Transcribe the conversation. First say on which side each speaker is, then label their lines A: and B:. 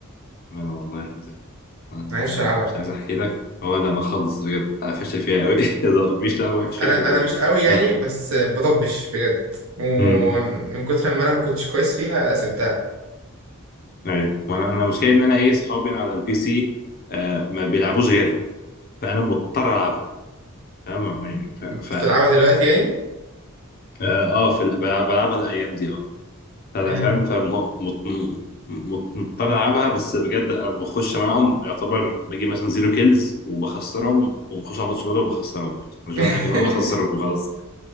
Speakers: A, on the left; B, on the right.
A: انا والله العظيم انا
B: معرفش
A: أنا
B: ألعبها
A: مش عايز احكي لك هو لما خلص بجد انا فاشل فيها قوي <laughs> مفيش لعبه وحش فيها
B: انا
A: قوي كده
B: انا مش قوي يعني
A: أنا-
B: بس بضبش بجد ومن
A: امم
B: كتر ما انا ما كنتش كويس فيها سبتها
A: ايوه وانا انا المشكله ان انا ايه اصحابي على البي سي آه ما بيلعبوش غيرها فانا مضطر العبها فاهم يعني ف ف
B: بتلعبها
A: اه
B: دلوقتي يعني
A: آه، في ال- بلعب- بلعبها الايام دي آه. فانا
B: مم.
A: فاهم فمضطر العبها بس بجد انا بخش معاهم يعتبر بجيب مثلا زيرو كيلز وبخسرهم وبنخش على ماتش برضه وبخسرهم برضه. مش
B: <laughs>
A: بعمل حاجه انا بخسرهم وخلاص